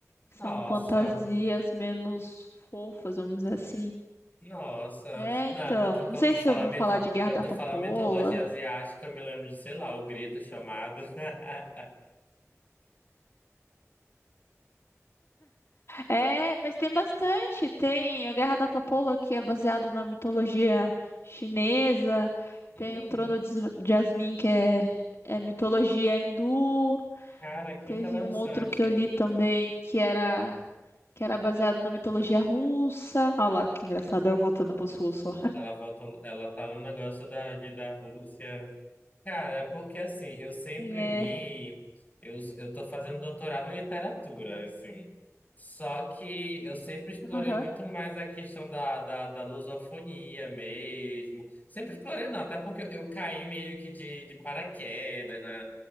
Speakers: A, on the left; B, on the left.
A: São
B: Nossa.
A: fantasias menos fofas, vamos dizer assim.
B: Nossa,
A: É,
B: não,
A: então,
B: é porque
A: não
B: quando
A: sei
B: tu
A: se
B: fala
A: você ouviu
B: mito,
A: falar de Guerra
B: quando
A: da
B: tu
A: Papoula.
B: fala mitologia asiática, eu me lembro de, sei lá, o grito o chamado. <laughs>
A: É, mas tem bastante. Tem a Guerra da Papoula, que é baseado na mitologia chinesa.
B: Hum,
A: Tem o Trono de Jasmine, que é, é mitologia hindu.
B: cara, que
A: Teve
B: interessante.
A: um outro que eu li também, que era que era baseado na mitologia russa. Olha lá, que engraçado, eu voltando pros russos. ó.
B: Ela voltando, ela tá no negócio da, de- da Rússia. Cara, é porque assim, eu sempre
A: É,
B: li, eu, eu tô fazendo doutorado em literatura, assim, só que eu sempre explorei
A: aham.
B: muito mais a questão da, da, da lusofonia mesmo, sempre explorei não, até porque eu, eu caí meio que de, de paraquedas na,